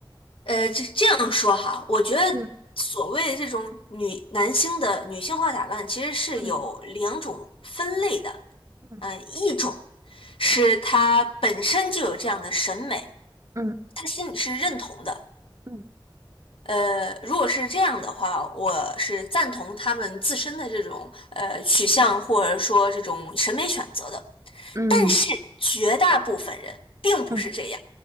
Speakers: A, on the left; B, on the right.
A: 呃，这这样说哈，我觉得所谓的这种女男星的女性化打扮，
B: 嗯
A: 其实是有两种分类的。
B: 嗯嗯
A: 嗯、呃一种是他本身就有这样的审美，
B: 嗯
A: 他心里是认同的。
B: 嗯
A: 呃，如果是这样的话，我是赞同他们自身的这种呃取向或者说这种审美选择的。
B: 嗯
A: 但是绝大部分人并不是这样，
B: 嗯